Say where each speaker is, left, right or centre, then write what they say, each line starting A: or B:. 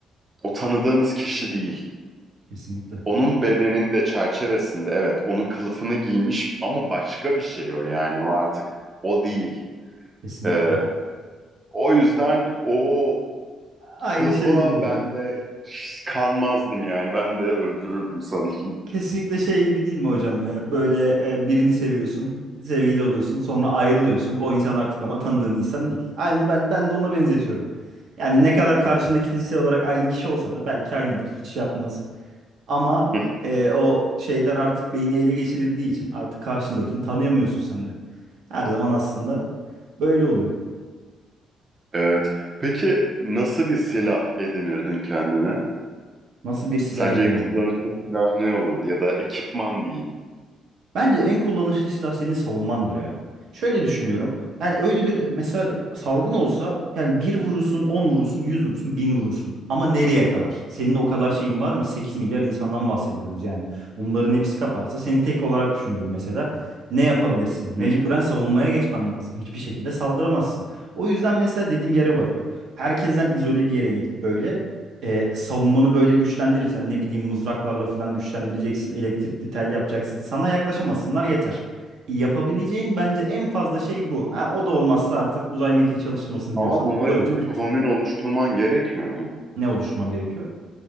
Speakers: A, on the right (about 30°); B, on the right (about 70°).
A: o tanıdığımız kişi değil.
B: Kesinlikle.
A: Onun bedeninde çerçevesinde evet onun kılıfını giymiş ama başka bir şey o yani o artık o değil.
B: Kesinlikle.
A: E, o yüzden o
B: Aynı
A: Kılıfa
B: şey gibi oluyor.
A: ben de kanmazdım yani. Ben de öldürürdüm sanırım.
B: Kesinlikle şey gibi değil mi hocam ya? Böyle e, birini seviyorsun, sevgili oluyorsun, sonra ayrılıyorsun. O insan artık ama tanıdığın insan değil. Aynı ben ben de ona benzetiyorum. Yani ne kadar karşındaki fiziksel olarak aynı kişi olsa da belki aynıdır, hiç şey yapmaz. Ama
A: <laughs>
B: e, o şeyler artık beyni ele geçirildiği için artık karşındakini tanıyamıyorsun sen de. Her zaman aslında böyle oluyor.
A: Evet. Peki nasıl bir silah edinirdin kendine?
B: Nasıl bir silah
A: Sence
B: edinirim?
A: en kullanışlı silah ne olurdu? Ya da ekipman diyeyim.
B: Bence en kullanışlı silah senin savunmandır ya. Şöyle düşünüyorum. Yani öyle bir mesela salgın olsa yani bir vurursun, 10 vurursun, 100 vurursun, 1000 vurursun. Ama nereye kadar? Senin o kadar şeyin var mı? 8 milyar insandan bahsediyoruz yani. Bunların hepsi kaparsa seni tek olarak düşünüyorum mesela. Ne yapabilirsin? Mecburen
A: Hı.
B: savunmaya geçmen lazım. Hiçbir şekilde saldıramazsın. O yüzden mesela dediğim yere varıyor. Herkesten izole bir yere gidip böyle e, savunmanı böyle güçlendirirsen ne bileyim mızraklarla falan güçlendireceksin, elektrikli tel yapacaksın. Sana yaklaşamasınlar yeter. Yapabileceğin bence en fazla şey bu. Ha, o da olmazsa artık uzay mekiği çalışmasını
A: Ama
B: biliyorsan
A: bunlar
B: uzay
A: için
B: uçup
A: bir
B: git.
A: komün oluşturman gerekmiyor mu?
B: Ne oluşturmam gerekiyor?